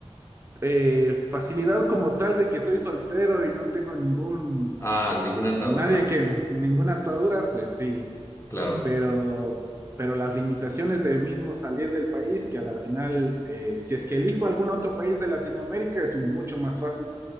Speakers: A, on the right; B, on the left.
A: Eh, facilidad como tal de que soy soltero y no tengo ningún,
B: Ah, ninguna atadura,
A: nadie que, ninguna atadura, pues sí,
B: claro.
A: pero, pero las limitaciones de mismo salir del país, que a la final, eh, si es que elijo algún otro país de Latinoamérica, es un mucho más fácil